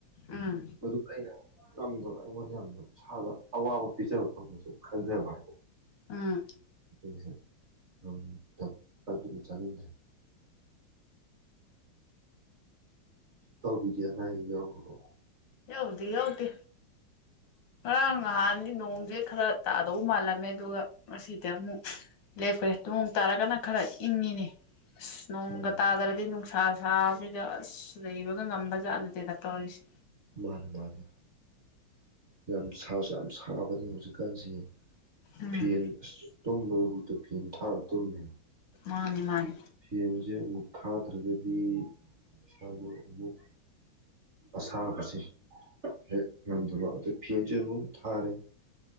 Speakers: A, on the left; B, on the right.
A: ꯎꯝ
B: ꯃꯗꯨ ꯑꯩꯅ ꯉꯝꯗꯕ ꯑꯩꯉꯣꯟꯗ ꯌꯥꯝꯅ ꯏꯁꯥꯗ ꯑꯋꯥꯕ ꯄꯤꯖꯕꯗꯧꯅ ꯁꯨꯝ ꯈꯟꯖꯕ ꯍꯥꯏꯇꯥꯔꯦ
A: ꯑꯥ
B: <unintelligible> ꯑ ꯑ ꯆꯗ꯭ꯔꯦ ꯇꯧꯕꯤꯗꯤꯅ ꯑꯩꯒ꯭ꯔꯣ
A: ꯌꯥꯎꯗꯤ ꯌꯥꯎꯗꯤ ꯑꯅꯤ ꯅꯣꯡꯁꯦ ꯈꯔ ꯇꯥꯗꯧ ꯃꯥꯜꯂꯝꯃꯦ ꯑꯗꯨꯒ ꯉꯁꯤꯗꯤ ꯑꯃꯨꯛ ꯂꯦꯞꯈ꯭ꯔꯦ ꯅꯣꯡ ꯇꯥꯔꯒꯅ ꯈꯔ ꯏꯪꯉꯤꯅꯦ ꯅꯣꯡꯒꯠꯇ
B: ꯎꯝ
A: ꯑꯗꯔꯗꯤ ꯁꯥ ꯁꯥꯕꯤꯗ ꯑꯁ ꯂꯩꯕꯒ ꯉꯝꯕ ꯖꯥꯠꯅꯠꯇꯦꯗ ꯇꯧꯔꯤꯁꯦ
B: ꯃꯥꯅꯦ ꯃꯥꯅꯦ ꯌꯥꯝ ꯁꯥꯁꯨ ꯌꯥꯝ ꯁꯥꯕꯅꯤ ꯍꯧꯖꯤꯛꯀꯥꯟꯁꯤ
A: ꯎꯝ
B: ꯐ ꯇꯨꯝꯕꯗꯨꯕꯨꯗꯨ ꯐꯦꯟ ꯊꯥꯔ ꯇꯨꯝꯃꯦ
A: ꯃꯥꯅꯦ ꯃꯥꯅꯤ
B: ꯐꯦꯟꯁꯦ ꯑꯃꯨꯛ ꯊꯥꯗ꯭ꯔꯒꯗꯤ ꯏꯁꯗ ꯑꯃꯨꯛ ꯑꯁꯥꯄꯁ ꯍꯦꯛ ꯉꯝꯗꯕ ꯑꯗꯨ ꯐꯦꯟꯁꯨꯦ ꯑꯗꯨꯝ ꯊꯥꯔꯦ